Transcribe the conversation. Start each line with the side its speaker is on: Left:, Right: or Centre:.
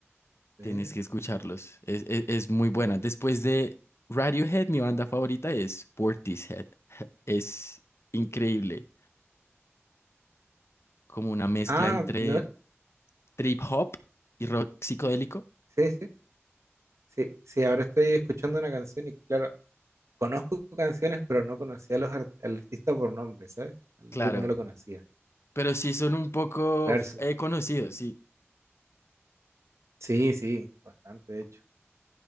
Right: ver.
Left: Tienes que escucharlos. Es, es- es muy buena. Después de Radiohead, mi banda favorita es Portishead. <laughs> Es increíble. Como una mezcla
Right: Ah,
Left: entre
Right: no,
Left: trip hop y rock psicodélico.
Right: sí, sí, sí, sí, ahora estoy escuchando una canción y claro, conozco canciones, pero no conocía a los ar- al artista por nombre, ¿sabes? El
Left: Claro.
Right: grupo no lo conocía.
Left: Pero sí son un poco
Right: Claro, eso-
Left: eh, conocidos, sí.
Right: sí, sí, bastante, de hecho.